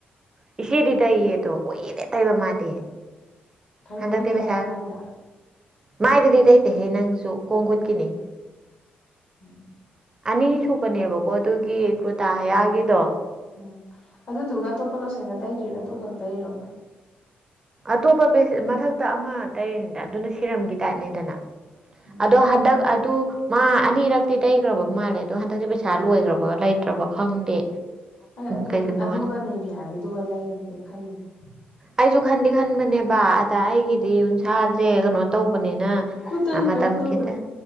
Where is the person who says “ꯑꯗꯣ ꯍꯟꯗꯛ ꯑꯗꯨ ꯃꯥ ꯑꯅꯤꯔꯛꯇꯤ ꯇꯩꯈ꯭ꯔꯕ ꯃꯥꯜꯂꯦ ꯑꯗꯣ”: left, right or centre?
Right